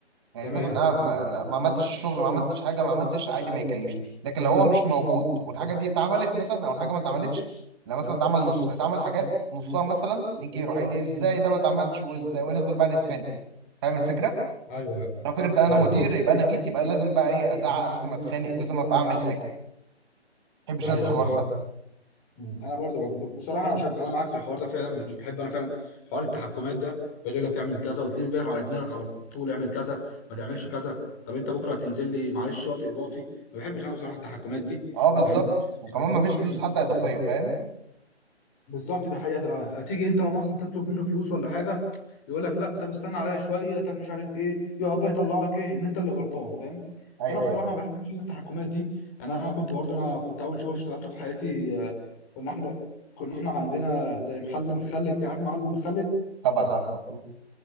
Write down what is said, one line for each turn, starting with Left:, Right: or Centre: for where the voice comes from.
Right: يعني
Left: تمام
Right: مثلا انا ما لا، ما عملتش الشغل ما عملتش حاجه ما عملتش عادي ما يكلمش لكن لو هو مش موجود والحاجه دي اتعملت مثلا او الحاجه ما اتعملتش لا مثلا اتعمل نص اتعمل حاجات نصها مثلا يجي يروح قايل لي ازاي ده ما اتعملش وازاي ونفضل بقى نتخانق فاهم الفكره
Left: أيوه أيوه
Right: لو فكره انا مدير
Left: أيوه
Right: يبقى انا جيت يبقى لازم بقى ايه ازعق لازم اتخانق لازم ابقى اعمل حاجه ما بحبش
Left: أيوه
Right: انا الحوار
Left: صح
Right: ده
Left: مم. انا برضو ب- بصراحه انا بشجع انا معاك في الحوار ده فعلا مش بحب انا فعلا حوار التحكمات ده يقعد يقول لك اعمل كذا وتلاقيه واقف على دماغك على طول اعمل كذا ما تعملش كذا طب انت بكره هتنزل لي معلش وقت اضافي ما بحبش انا بصراحه التحكمات دي
Right: اه بالظبط
Left: فاهم
Right: وكمان ما فيش
Left: مم.
Right: فلوس حتى اضافيه
Left: اه.
Right: فاهم
Left: بالظبط دي حقيقة اه تيجي انت مثلا تطلب منه فلوس ولا حاجة يقول لك لا طب استنى عليا شوية طب مش عارف ايه يقعد بقى يطلع لك ايه ان انت اللي غلطان فاهم
Right: ايوه
Left: فانا بصراحة
Right: ايوه
Left: ما بحبش التحكمات دي يعني انا كنت برضه انا كنت اول شغل اشتغلته في حياتي آه، كنا احنا كنا احنا عندنا زي محل مخلل كده عارف محل المخلل
Right: طبعا عارفه